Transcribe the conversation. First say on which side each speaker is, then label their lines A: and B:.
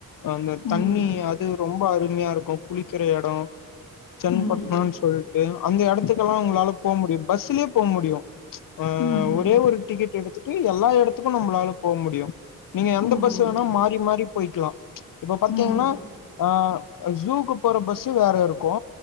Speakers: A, on the left; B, on the left.
A: அந்த தண்ணி
B: ம்
A: அது ரொம்ப அருமையாருக்கு குளிக்கிற எடோ சென்பட்னான்
B: ம்
A: சொல்ட்டு அந்த எடத்துக்கெல்லா உங்ளால போ முடியு பஸ்சுலியே போ முடியு ஆஹ்
B: ம்
A: ஒரே ஒரு க்கெட் எடுத்துட்டு எல்லா எடத்துக்கு நம்ளால போ முடியு நீங்க எந்த
B: ம் ம்
A: பஸ் வேணா மாறி மாறி பொய்க்லா இப்ப பாத்தீங்கன்னா
B: ம்
A: ஆஹ் ஜூக்கு போற பஸ்சு வேற இருக்கூ